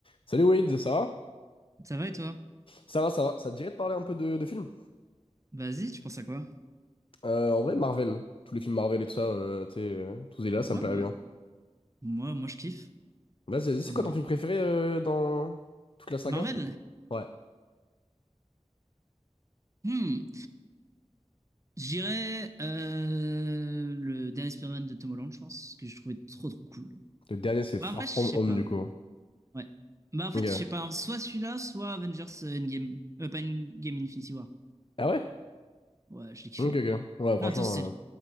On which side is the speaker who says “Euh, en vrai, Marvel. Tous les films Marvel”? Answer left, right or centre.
Left